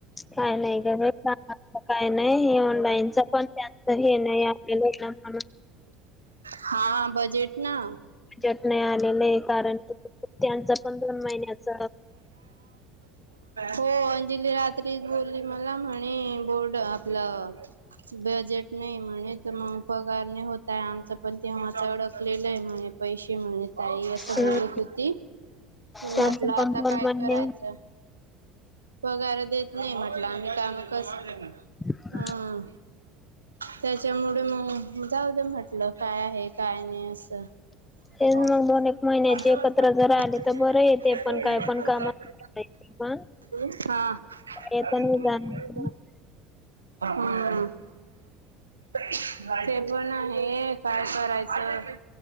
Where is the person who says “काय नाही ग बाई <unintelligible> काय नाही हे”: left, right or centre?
Left